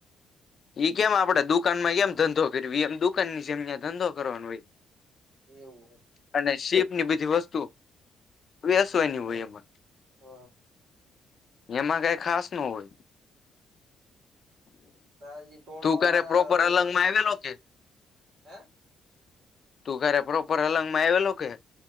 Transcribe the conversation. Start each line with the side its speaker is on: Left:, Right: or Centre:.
Left: એ કેમ આપડે દુકાનમાં કેમ ધંધો કરવી એમ દુકાન ની જમ્યા ધંધો કરવાનું હોય
Right: એવું
Left: અને શીપ ની બધી વસ્તુ વેસવાયની
Right: હ
Left: હોય એમાં
Right: હ
Left: એમાં કઈ ખાસ ન હોય
Right: તજી તોડવા
Left: તું ક્યારે
Right: વાળા
Left: પ્રોપર
Right: હોય
Left: અલંગ
Right: એમાં
Left: માં આવેલો કે
Right: હે
Left: તું કરે પ્રોપર હલંગ માં આવેલો કે